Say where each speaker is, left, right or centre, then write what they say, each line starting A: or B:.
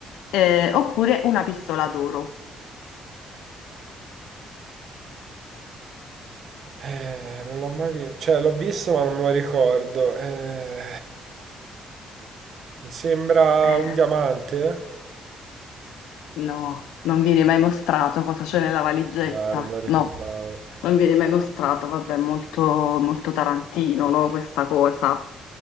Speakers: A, on the left; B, on the right.
A: eh, oppure una pistola d'oro.
B: Eh, non l'ho mai visto. Cioè, l'ho visto, ma non me lo ricordo. Eh, mi sembra
A: Eh,
B: un diamante.
A: No, non viene mai mostrato cosa c'è nella valigetta.
B: Ah, non me lo ricordavo.
A: No, non viene mai mostrato. Vabbè, molto, molto Tarantino, no, questa cosa.